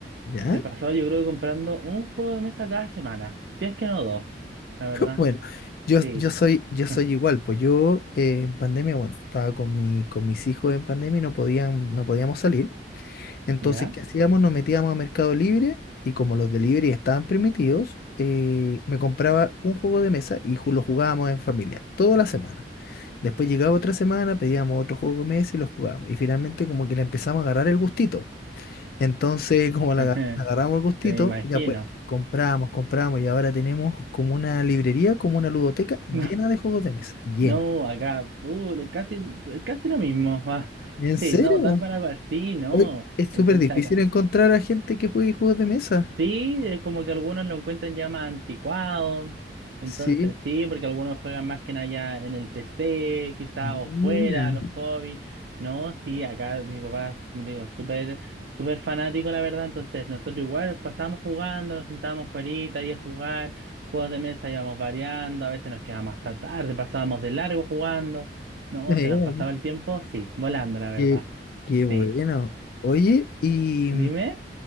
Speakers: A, on the left; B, on the right.
A: ¿Ya?
B: se pasó, yo creo, comprando un juego de mesa cada semana. Si es que no dos, la verdad,
A: Bueno, yo,
B: sí.
A: yo soy, yo soy
B: <laughs>
A: igual, pues yo eh, en pandemia, bueno, estaba con mi, con mis hijos en pandemia y no podían, no podíamos salir. Entonces,
B: ¿Ya?
A: ¿qué hacíamos? Nos metíamos a Mercado Libre y como los delivery estaban permitidos, eh, me compraba un juego de mesa y ju- lo jugábamos en familia, toda la semana. Después llegaba otra semana, pedíamos otro juego de mesa y lo jugábamos. Y finalmente como que le empezamos a agarrar el gustito. Entonces, como la
B: <laughs>
A: aga- le agarramos el gustito,
B: Te me imagino.
A: ya pues compramos, compramos y ahora tenemos como una librería, como una ludoteca
B: <laughs>
A: llena de juegos de mesa, llena.
B: No, no, acá, uh, casi, casi lo mismo. <laughs> ah.
A: ¿En
B: Sí,
A: serio?
B: no, tal para cual, sí, no.
A: Oye, es súper
B: Entonces
A: difícil
B: acá.
A: encontrar a gente que juegue juegos de mesa.
B: Sí, es como que algunos lo encuentran ya más anticuado. Entonces,
A: Sí,
B: sí, porque algunos juegan más que nada ya en el PC, quizá,
A: Ah,
B: o
A: mira,
B: fuera, los hobbies. No, sí, acá mi papá, como te digo, súper, súper fanático, la verdad. Entonces, nosotros igual pasábamos jugando, nos sentábamos fuerita ahí a jugar, juegos de mesa íbamos variando, a veces nos quedábamos hasta tarde, pasábamos de largo jugando. No,
A: <laughs> mira,
B: se nos pasaba el tiempo, sí, volando, la verdad.
A: qué, qué bueno.
B: Sí.
A: Oye, y
B: Dime,